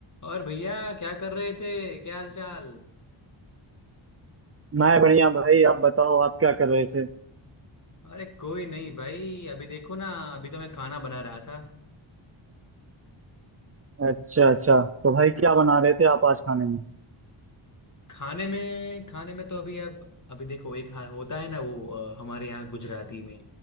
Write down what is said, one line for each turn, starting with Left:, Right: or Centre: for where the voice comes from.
Left: और भैया क्या कर रहे थे क्या हाल चाल
Right: मैं बढ़िया भाई आप बताओ आप क्या कर रहे थे
Left: अरे कोई नहीं भाई अभी देखो ना अभी तो मैं खाना बना रहा था
Right: अच्छा अच्छा तो भाई क्या बना रहे थे आप आज खाने में
Left: खाने में खाने में तो अभी अब अभी देखो एक हा- होता है ना वो अ, हमारे यहाँ गुजराती में